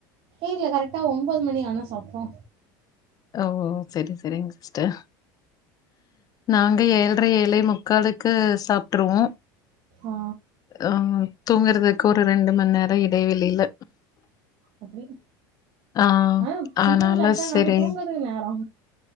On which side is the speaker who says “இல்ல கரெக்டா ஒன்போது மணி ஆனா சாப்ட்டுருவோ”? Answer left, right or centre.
Right